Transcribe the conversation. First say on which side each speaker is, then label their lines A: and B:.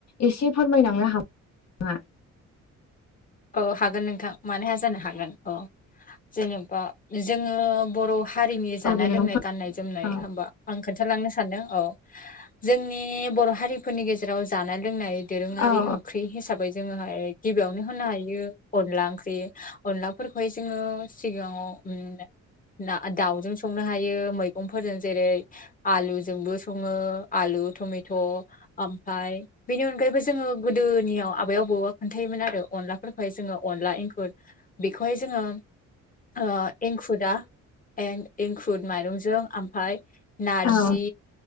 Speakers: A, on the left; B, on the left.
A: एसे फोरमायलांनो हाग ना
B: औ हागोन नोंथां मानोहा जानो हागोन औ जेनेबा जोङो बर' हारिनि जानाय
A: औ दे
B: लोंनाय
A: नोंथां
B: गाननाय जोमनाय
A: औ
B: होमबा आं खोन्थालांनो सानदों औ जोंनि बर' हारिफोरनि गेजेराव जानाय लोंनाय दोरोङारि
A: औ
B: ओंख्रि हिसाबै जोङोहाय गिबियावनो होनो हायो अनला ओंख्रि अनलाफोरखौहाय जोङो सिगाङाव ओम ना दाउजों संनो हायो मैगंफोरजों जेरै आलुजोंबो सङो आलु टमेट' ओमफाय बेनि अनगायैबो जोङो गोदोनियाव आबै आबौआ खोन्थायोमोन आरो अनलाफोरखौहाय जोङो अनला एंखुर बेखौहाय जोङो ओ एंखुरा एं-एंखुर माइरंजों ओमफफ्राय नारजि
A: औ